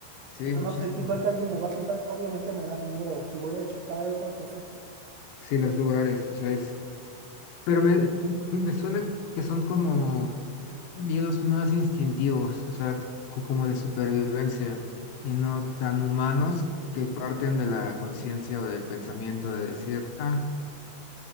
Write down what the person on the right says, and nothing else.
O sea,
no sé, si veo que alguien me va a saltar, obviamente me da miedo, o si voy a chocar o cosas así.